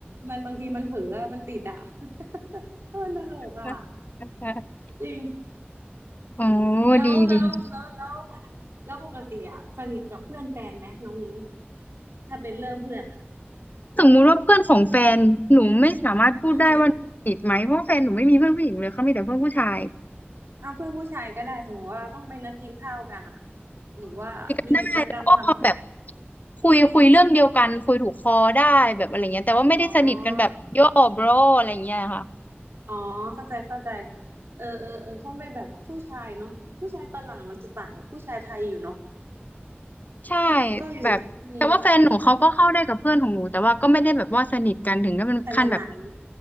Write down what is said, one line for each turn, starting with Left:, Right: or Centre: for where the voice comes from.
Right: มันบางทีมันเผลออะมันติดอ่ะ <laughs> เออมันตลกอ่ะ
Left: <laughs>
Right: จริง
Left: โอ้
Right: แล้วแล้วแล้วแล้ว
Left: ดีดีดี
Right: แล้วปกติอะสนิทกับเพื่อนแฟนไหมน้องนิ้งถ้าเป็นเรื่องเพื่อนอะ
Left: สมมุติว่าเพื่อนของแฟนหนูไม่สามารถพูดได้ว่าหนูติดไหมเพราะว่าแฟนหนูไม่มีเพื่อนผู้หญิงเลยเขามีแต่เพื่อนผู้ชาย
Right: อืมเอาเพื่อนผู้ชายก็ได้สมมติว่าต้องไปนัดกินข้าวกันอะหรือว่ามีกิจกรรมท
Left: ใช่แล้วก็แบบคุยคุยเรื่องเดียวกันคุยถูกคอได้แบบอะไรเงี้ยแต่ว่าไม่ได้สนิทกันแบบโย่
Right: ำอ๋อ
Left: bro อะไรเงี้ยค่ะ
Right: อ๋อเข้าใจเข้าใจเออเออเออคงเป็นแบบผู้ชายเนาะผู้ชายฝรั่งมันจะต่างกับผู้ชายไทยอยู่เนาะ
Left: ใช่
Right: ก็อยู่อืม
Left: แบบแต่ว่าแฟนหนูเขาก็เข้าได้กับเพื่อนของหนูแต่ว่าก็ไม่ได้แบบว่าสนิทกันถึงก็เป็นขั้นแบบ
Right: ขนาดนั้น